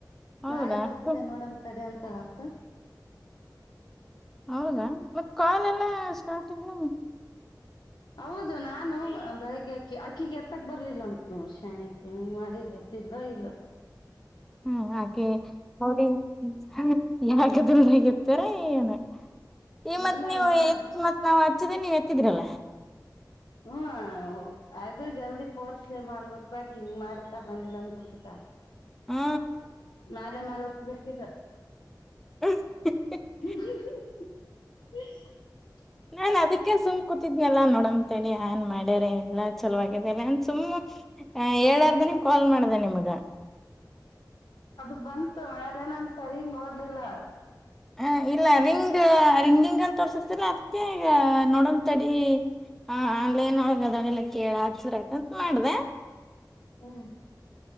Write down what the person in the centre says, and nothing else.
ಹೌದಾ
ಹೌದಾ ಮತ್ತ್ ಕಾಲೆಲ್ಲ ಸ್ಟಾರ್ಟ್ಲ್ಲ
ಹ್ಮ್, ಹಾಗೆ ನ <unintelligible> ಯಗದಿಲ್ಲ ಹಗತ್ತರ ಏನು <unintelligible> ಈ ಮತ್
ನೀವು,
ಮತ್ ನಾವು ಹಚ್ಚಿದೇ ನೀ ತ್ತೀದರಲ್ಲ <unintelligible>
ಹಾ
<unintelligible>
ನಾನ್ ಅದಕ್ಕೆ ಸುಮ್ ಕೂತಿದ್ನಲ್ಲಾ ನೋಡಮಂತ ಹೇಳಿ ಆನ್ ಮಾಡ್ಯಾರ ಇಲ್ಲ ಚಲೋವಾಗಿದರೆ ಅಂತ್, ಸುಮ್ ಹೇಳ್ಲಾರ್ದೇನೆ ಕಾಲ್ ಮಾಡ್ದೆ ನಿಮಗ.
ಹ ಇಲ್ಲ, ರಿಂಗ್ ಆ ರಿಂಗಿಂಗ್ ಅಂತ ತೋರಸ್ತಿತಲ್ಲ ಅದು ಹ <unintelligible> <unintelligible> ನೋಡಂ ತಡಿ ಹಾ ಆನ್ಲೈನ್ ಅಗ್ ಅದಾಳಲ್ಲ ಕೇಳಾರ ಆಯತಾ <unintelligible> ಮಾಡ್ದ